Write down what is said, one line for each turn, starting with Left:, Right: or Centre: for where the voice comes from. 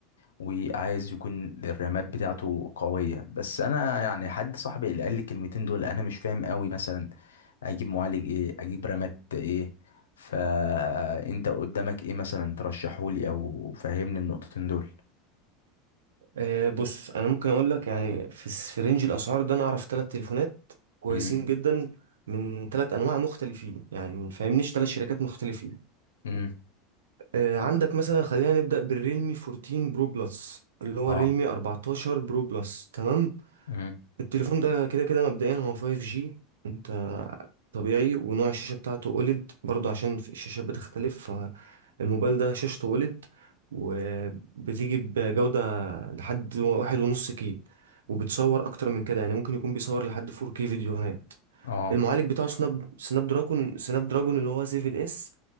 Left: وعايز يكون الرامات بتاعته قويه بس انا يعني حد صاحبي اللي قال لي الكلمتين دول انا مش فاهم قوي مثلا اجيب معالج ايه اجيب رامات ايه فانت قدامك ايه مثلا ترشحهولي او فهمني النقطتين دول
Right: أه بص انا ممكن اقول لك يعني في الس- في رينج الاسعار ده انا اعرف ثلاث تليفونات كويسين
Left: امم
Right: جدا من ثلاث انواع مختلفين يعني فاهمنيش ثلاث شركات مختلفين
Left: امم
Right: آه، عندك مثلا خلينا نبدأ بالريلمي 14 برو بلس اللي هو
Left: اه
Right: الريلمي 14 برو بلس تمام
Left: امم
Right: التليفون ده كده كده مبدئيا هو 5G انت طبيعي ونوع الشاشة بتاعته OLED برضه عشان في الشاشات بتختلف فالموبايل ده شاشته OLED وبتيجي بجودة لحد واحد ونص كي وبتصور أكتر من كده يعني ممكن يكون بيصور لحد 4K فيديوهات
Left: اه
Right: المعالج بتاعه سناب سناب دراجون سناب دراجون اللي هو 7 اس